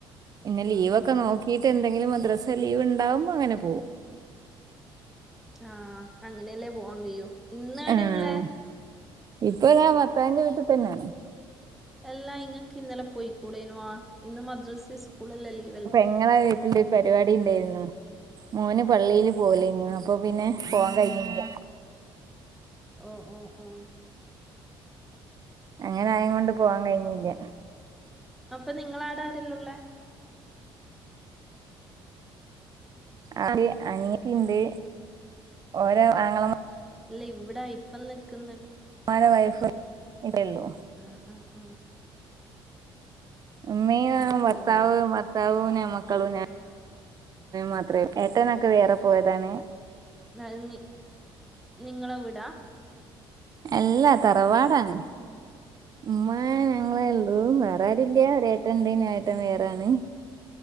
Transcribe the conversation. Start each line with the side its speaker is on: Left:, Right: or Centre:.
Right: പിന്ന ലീവൊക്കെ
Centre: ആഹ്
Right: നോക്കീട്ട് എ എന്തെങ്കിലും മദ്രസേ ലീവിണ്ടാവുംമ്പോ അങനെ പോം
Centre: ആഹ് അങ്ങനെയല്ലേ പോവാൻ കഴിയൂ ഇന്ന് എവിടെയുള്ളേ
Right: ആഹ് ഇപ്പൊ ഞാൻ ഭർത്താവിന്റെ വീട്ടി തന്ന
Centre: അല്ലാ ഇങ്ങക്ക് ഇന്നലെ പൊയിക്കൂടേനുവാ ഇന്ന് മദ്രസി സ്കൂളല്ലേ ലീവല്ലേ
Right: നിങ്ങള വീട്ടിന്റെ ഒരു പരിപാടി ഇണ്ടായിരുന്നു മോന് പള്ളിയില്
Centre: ഓഹ്
Right: പോവലാര്ന്നു അപ്പൊ പിന്നെ പോവാൻ കഴിഞ്ഞില്ല
Centre: ഓ ഓ ഉം
Right: അങ്ങനെ ആയോണ്ട് പോവാൻ കഴിഞ്ഞില്ല
Centre: അപ്പ നിങ്ങളവ്ട ആരെല്ലാം ഉള്ളേ
Right: അത് അനിയത്തി ഇണ്ട് ഓരോ ആങ്ങള
Centre: ഇല്ല ഇവിടെ ഇപ്പം നിക്കുന്ന
Right: ഉമ്മാരെ വൈഫ് ഇവ്ടുള്ളൂ
Centre: ആഹ് ആഹ് ആഹ്
Right: ഉംമീയ ഭർത്താവ്
Centre: ഓഹ്
Right: ഭർത്താവൂനമക് മക്കളു ഞാൻ മാത്രേ ഏട്ടനൊക്കെ വേറെ പോയതാണ്
Centre: നന്ദി നിങ്ങള വീടാ
Right: എല്ലാ തറവാടാണ്
Centre: ഉം
Right: ഉമ്മാ ഞങ്ങളെ ഒള്ളു വേറാരുല്ല
Centre: ആഹ് ആഹ്
Right: ഒരേട്ടൻ ഇണ്ടാര്ന്നു ഞാ ഏട്ടൻ വേറാണ്